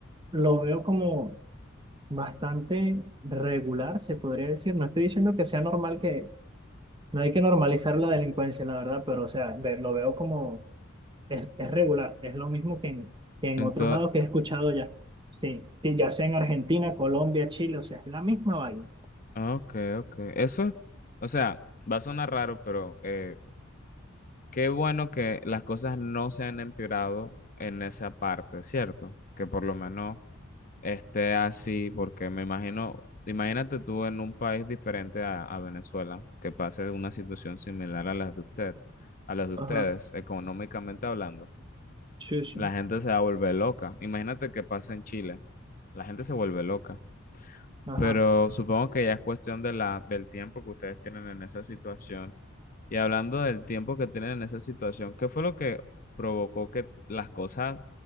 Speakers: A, on the right; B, on the left.
A: lo veo como bastante regular, se podría decir. No estoy diciendo que sea normal que, no hay que normalizar la delincuencia, la verdad, pero o sea, ve- lo veo como es, es regular, es lo mismo que en, que en
B: Entonces,
A: otros lados que he escuchado ya. Sí, sí, ya sea en Argentina, Colombia, Chile, o sea, es la misma vaina.
B: okay, okay. Eso es, o sea, va a sonar raro, pero eh, qué bueno que las cosas no se han empeorado en esa parte, ¿cierto? Que por lo menos esté así, porque me imagino, imagínate tú en un país diferente a, a Venezuela, que pase una situación similar a las de usted, a las de ustedes,
A: Ajá,
B: económicamente hablando.
A: sí, sí.
B: la gente se va a volver loca. Imagínate que pasa en Chile, la gente se vuelve loca.
A: Ajá,
B: Pero supongo que ya es cuestión de la, del tiempo que ustedes tienen en esa situación. Y hablando del tiempo que tienen en esa situación, ¿qué fue lo que provocó que las cosas